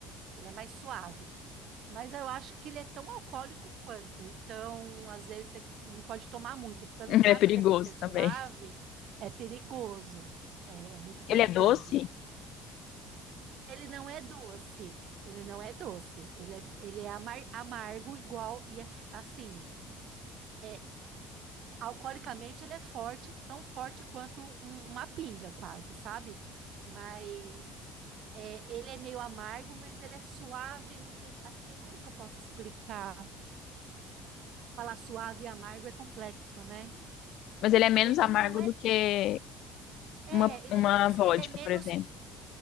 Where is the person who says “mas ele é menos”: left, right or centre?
Left